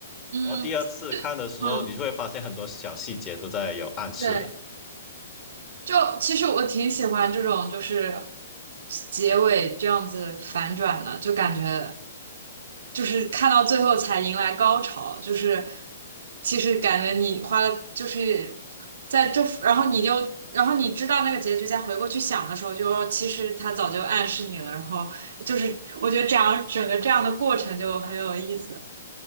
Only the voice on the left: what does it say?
然后第二次看的时候，
你就会发现很多小细节都在有暗示。